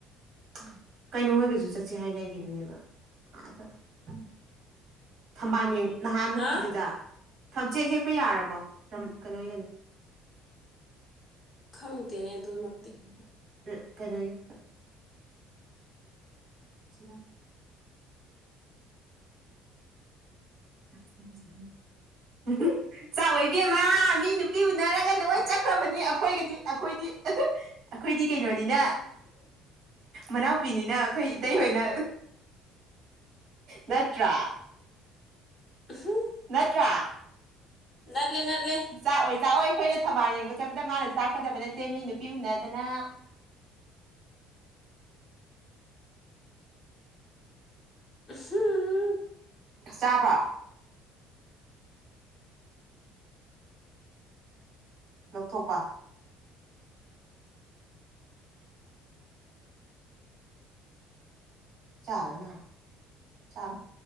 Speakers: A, on the right; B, on the left.
A: <unintelligible> ꯀꯩꯅꯣ ꯍꫭꯏꯒꯁꯨ ꯆꯠꯁꯦ ꯍꯥꯏꯅꯒꯤꯝꯅꯦꯕ <unintelligible> ꯊꯝꯕꯥꯟ ꯌ‌ꯦꯡ ꯅꯍꯥꯟ ꯃꯨꯛꯀꯤꯗꯨꯗ
B: ꯍꯥ
A: ꯊꯝꯆꯦꯠ ꯍꯦꯛꯄ ꯌꯥꯔꯕꯣ ꯅꯝ ꯀꯩꯅꯣ ꯍꯣꯏꯒꯅꯤ꯫
B: ꯈꯪꯗꯦꯅꯦ ꯑꯗꫭꯃꯥ꯫
A: <unintelligible> ꯀꯩꯅꯣꯒꯤ <unintelligible> <unintelligible> ꯆꯥꯛꯑꯣꯏ ꯏꯕ‌ꯦꯝꯃ ꯃꯤ ꯅꯨꯄꯤ ꯎꯅꯔꯒ ꯂꯣꯏ ꯆꯠꯈ꯭ꯔꯕꯅꯤ ꯑꯈꯣꯏꯒꯗꯤ ꯑꯈꯣꯏꯗꯤ ꯑꯈꯣꯏꯗꯤ ꯀꯩꯅꯣꯅꯤꯅ꯫ ꯃꯅꯥꯎꯄꯤꯅꯤꯅ ꯑꯈꯣꯏ ꯏꯇꯩꯍꯣꯏꯅ ꯅꯠꯇ꯭ꯔꯥ
B: ꯑꯍꯨꯝ꯫
A: ꯅꯠꯇ꯭ꯔꯥ
B: ꯅꯠꯂꯤ ꯅꯠꯂꯤ
A: ꯆꯥꯛꯑꯣꯏ ꯆꯥꯛꯑꯣꯏ ꯑꯈꯣꯏꯅ ꯊꯝꯕꯥꯜ ꯌꯦꯡꯕ ꯆꯠꯄꯗ ꯃꯥꯅ ꯆꯥꯛꯀꯗꯕ ꯅꯠꯇꯦ ꯃꯤ ꯅꯨꯄꯤ ꯎꯅꯗꯅ꯫
B: ꯍꯝ꯫
A: ꯆꯥꯕ꯭ꯔꯥ ꯂꯧꯊꯣꯛꯄ ꯆꯥꯔꫭꯏꯅꯥ ꯆꯥꯔꫭ